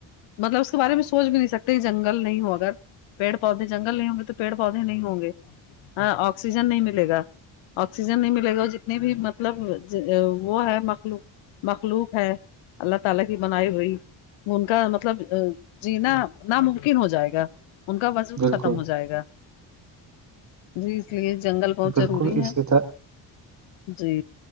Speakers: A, on the left; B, on the right.
A: مطلب اس کے بارے میں سوچ بھی نہیں سکتے جنگ جنگل نہیں ہو اگر پیڑ پودے جنگل نہیں ہوں گے تو پیڑ پودے نہیں ہوں گے ہاں آکسیجن نہیں ملے گا آکسیجن نہیں ملے گا اور جتنے بھی مطلب وہ ہے مخلو مخلوق ہے اللہ تعالی کی بنائی ہوئی ان کا مطلب جینا ن کن ہو جائے گا ان کا وجود
B: بالکل
A: ختم ہو جائے گا جی اس لیے جنگل بہت
B: بالکل
A: ضروری
B: اسی
A: ہے
B: طرح
A: جی